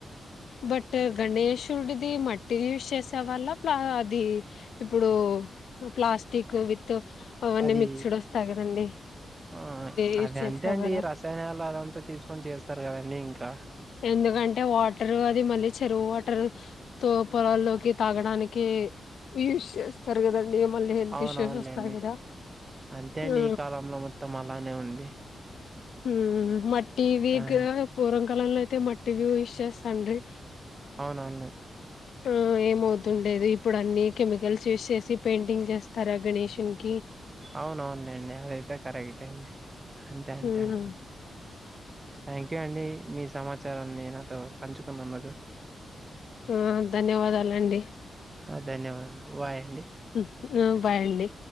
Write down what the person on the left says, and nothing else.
బట్ గణేశుడిది మట్టిది యూస్ చేసే వాళ్ళ ప్లా ది ఇప్పుడు ప్లాస్టిక్ విత్ అవన్నీ
మిక్స్డ్ వస్తాయి కదండి
యూజ్
చేసేవారా
ఎందుకంటే వాటర్ అది మళ్ళీ చెరువు వాటర్ తో పొలాల్లోకి తాగడానికి యూస్ చేస్తారు కదా ని మళ్ళీ హల్త్
ఇష్యూస్ వస్తాయి కదా
ఉ
హు మట్టి విగ్
పూర్వం కాలంలో అయితే మట్టి వి యూస్ చేస్తాండ్రి
ఉ ఏమవుతుండేది ఇప్పుడు అన్ని కెమికల్స్ యూస్ చేసి పెయింటింగ్ చేస్తారా గణేషున్ కి
మ్మ్
ఉ ధన్యవాదాలండి
హు బాయండి